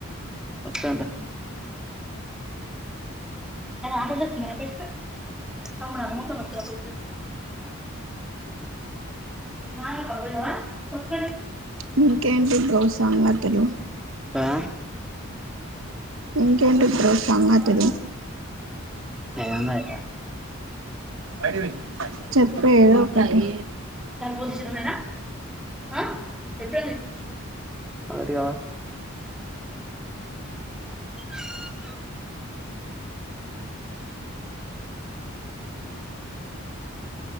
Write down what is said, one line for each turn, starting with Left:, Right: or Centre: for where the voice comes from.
Centre: వస్తానే అడగ మరపేప్ప తమును అ మూత్త మతు నా కబడువా పక్క <unintelligible> <inaudible>
Right: ఇంకేంటి బ్రో సంగతలు
Centre: ఆ
Right: ఇంకేంటి బ్రో సంగతులు
Centre: మన ఏముందక
Right: అఐవజ <unintelligible> <inaudible> చెప్పేదోకటి
Centre: తర్పోదు చి సినిమేనా ఆ ఎప్పుడ అరి వా <unintelligible> <inaudible>